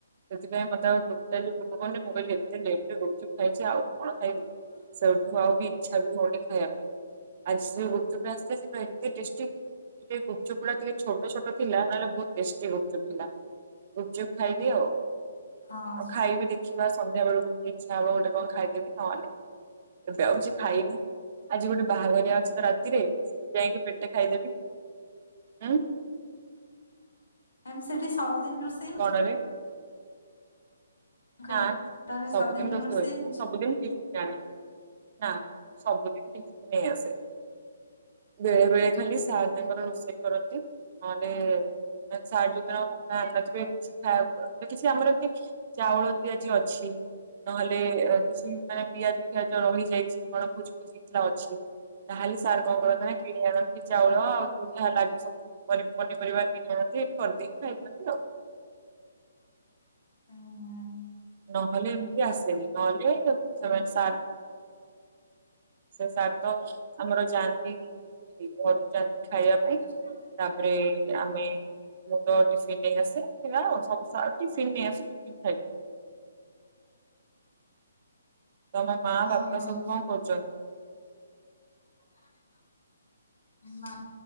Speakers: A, on the right (about 35°); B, on the left (about 70°).
A: ସେଥିପାଇଁ ମୋତେ ଆଉ ଟୋଟାଲି ଭୋକ କରୁନି। ମୁଁ କହିଲି ଏତେ ଲେଟ୍ ରେ ଗୁପଚୁପ ଖାଇଛି ଆଉ କଣ ଖାଇବି।
B: ହଁ, ହଁ।
A: ସେଇଠୁ ଆଉ ବି ଇଚ୍ଛା ବି ହଉନି ଖାଇବା ପାଇଁ। ଆଜି ସେ ଗୁପଚୁପ ଟୃ ଆସିଥିଲା ସେଟା ଏତେ ଟେଷ୍ଟି କିନ୍ତୁ ସେ ଗୁପଚୁପ ଗୁଡା ଟିକେ ଛୋଟ ଛୋଟ ଥିଲା ନହେଲେ ବହୁତ ଟେଷ୍ଟି ଗୁପଚୁପ ଥିଲା। ଗୁପଚୁପ ଖାଇଲି ଆଉ।
B: ହଁ।
A: ଆଉ ଖାଇବି ଦେଖିବା ସଧ୍ୟା ବେଳକୁ ଟିକେ ଇଚ୍ଛା ହବ ଗୋଟେ କଣ ଖାଇଦେବି। ନହଲେ ଏବେ ଆଉ କିଛି ଖାଇନି। ଆଜି ଗୋଟେ ବାହାଘରିଆ ଅଜି ତ ରାତିରେ ସେଠି ଯାଇକି ପେଟେ ଖାଇଦେବି। ଆଁ,
B: ତୋମ ସେଠି ସବୁଦିନ ରୋଷେଇ ହଉଛି
A: ଘରେ
B: ମୁଁ କହିଲି
A: ନା, ନା
B: ରେ
A: ସବୁଦିନ ରୋଷେଇ ହୁଏନି। ମୁଁ
B: ହଉଛି
A: ସବୁଦିନ ଟିସ ଏ ଆଣେ ନା ମୁଁ ସବୁ ଦିନ ଟିଫିନ୍ ନେଇ ଆସେ। ବେଳେ ବେଳେ ଖାଲି ସାର୍ ତାଙ୍କର ରୋଷେଇ କରନ୍ତି। ନହେଲେ ସାର୍ ଯୋଉଦିନ <unintelligible> ଆଣିନଥିବେ କିଛି ଖାଇବାକୁ ମାନେ କିଛି ଆମର ଏମତି ଚାଉଳ ବିି ଆଜି ଅଛି। ନହେଲେ କିଛି ମାନେ ପିଆଜ ପିଆଜ ରହିଯାଇଛି କଣ ଭୋଜି ଫୋଜି ହେଇଥିଲା ଅଛି। ତାହେଲେ ସାର୍ କଣ କରନ୍ତି ନା କିଣି ଆଣନ୍ତି ଚାଉଳ ଆଉ ଯୋଉ ଲାଗେ ସବୁ ପନିପରିବା କିଣି ଆନ୍ତି ଏଇଠି କରିଦେଇକି ଖାଇ ଦିଅନ୍ତି ଆଉ
B: ଓ ହୋ।
A: ନହେଲେ ଏମିତି ଆସେନି ନହେଲେ ସେମାନେ ସା ସେ ସାର୍ ତ ଆମର ଯାଆନ୍ତି ଘରକୁ ଯାଆନ୍ତି ଖାଇବା।
B: ହ। <inaudible>
A: ରେ ଆମେ ମୁଁ ତ ଟିଫିନ ନେଇ ଆସେ ହ ସବୁ ଟିଫିନ ନେଇ ଆସ ଟିଫ ଖାଇ ତମ ମା
B: ଓ
A: ବାପା
B: ହଉ
A: ସବୁ କଣ କରୁଛନ୍ତି।
B: ଆ ମା